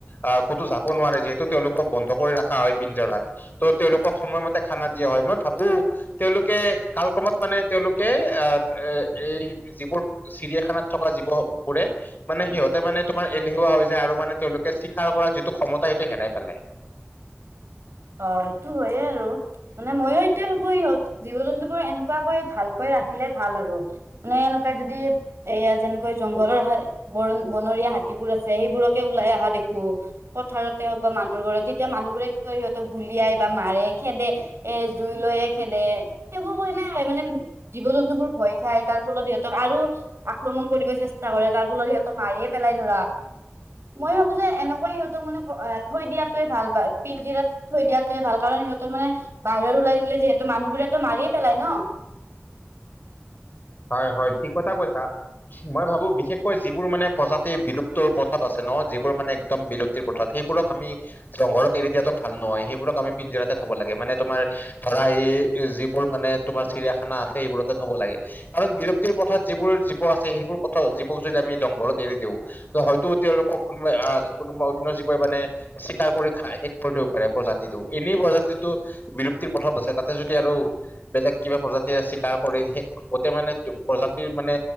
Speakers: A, on the left; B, on the right.
A: আহ ক'তো যাব নোৱাৰে যিহেতু তেওঁলোকক বন্ধ কৰি ৰখা হয় পিঞ্জাৰাত তো' তেওঁলোকক সময়মতে খানা দিয়া হয় মই ভাবো তেওঁলোকে কাল ক্ৰমত মানে তেওঁলোকে আহ এ এই যিবোৰ চিৰিয়াখানাত থকা জীৱ বোৰে মানে সিহঁতে মানে তোমাৰ এলেহুৱা হয় যে আৰু মানে তেওঁলোক, চিকাৰ কৰা যিটো ক্ষমতা সিঁহতে হেৰাই পেলাই।
B: অহ সেইটো হয়য়ে আৰু মানে ময়ো এতিয়া ভাবো ইহঁত জীৱ জন্তুবোৰ এনেকুৱাকৈ ভালকৈ ৰাখিলে ভাল আৰু মানে এনেকুৱা যদি এয়া যেনেকৈ জংঘলৰ হয়। বৰণ বনৰীয়া হাতীবোৰ আছে সেইবোৰকে ওলাই অহা দেখো। পথাৰতে হওঁক বা মানুহ ঘৰত তেতিয়া মানুহ বোৰে কিয়। তো গুলিয়াই বা মাৰে খেদে এ জুই লৈয়ে খেদে সেইবোৰ কৰি মানে জীৱ জন্তুবোৰ ভয় খায় তাৰ ফলত সিহঁতক আৰু আক্ৰমণ কৰিব চেষ্টা কৰে তাৰ ফলত সিহঁতক মাৰিয়ে পেলাই ধৰা। মই ভাবো যে এনেকুৱা সিহঁক মানে থৈ দিয়াতোৱে ভাল প পিঞ্জিৰাত, থৈ দিয়াতোৱে ভাল কাৰণ সিহঁতৰ মানে বাহিৰৰ ওলাই দিলে যিহেতু মানুহবোৰেটো মাৰিয়ে পেলাই ন।
A: হয় হয় ঠিক কথা কৈছা মই ভাবো বিশেষকৈ যিবোৰ মানে। প্ৰজাতিৰ বিলুপ্ত প্ৰথাত আছে ন যিবোৰ মানে একদম বিলুপ্তিৰ প্ৰথাত সেইবোৰক আমি। জংঘলত এৰি দিয়াটো ভাল নহয় সেইবোৰক আমি পিঞ্জৰাতে থব লাগে মানে তোমাৰ। ধৰা এই যিবোৰ মানে তোমাৰ চিৰিয়াখানা, খানা আছে এইবোৰতে থ'ব লাগে কাৰণ বিৰক্তিৰ পথত যিবোৰ জীৱ আছে সেইবোৰ পথত যিবোৰ। যদি আমি জংঘলত এৰি দিওঁ ত হয়তো তেওঁলোকক কোনোবা আহ কোনোবা অন্য জীৱই মানে। চিকাৰ কৰি খাই শেষ কৰি দিব পাৰে প্ৰজাতিটো এনেই প্ৰজাতিটো। বিৰক্তিৰ পথত আছে তাতে যদি আৰু বেলেগ কিবা প্ৰজাতিয়ে চিকাৰ কৰি শেষ, গোটেই মানে তো প্ৰজাতিৰ মানে।